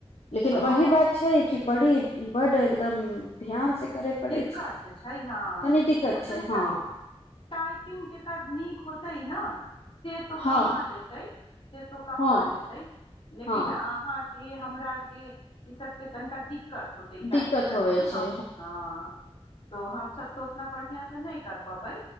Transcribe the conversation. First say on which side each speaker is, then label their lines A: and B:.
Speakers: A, on the left; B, on the left.
A: लेकिन
B: हँ
A: वही बात छै कि बड़ी बड एकदम ध्यान से करे पड़ै
B: दिक्कत छै हँ
A: तनी दिक्कत
B: ओ
A: छै
B: तनिका
A: हँ
B: टाइपिंग जेकर नीक होतै न से तो
A: हँ
B: कमा लेतै से तो कमा
A: हँ
B: लेतै लेकिन
A: हँ
B: अहाँ के हमरा के इ सब के तनिका दिक् दिक्कत होतै टाइप
A: दिक्कत
B: करेमे
A: होवे छै
B: हम हँ तो हम सब तो उतना बढ़िया से नहि कर प बै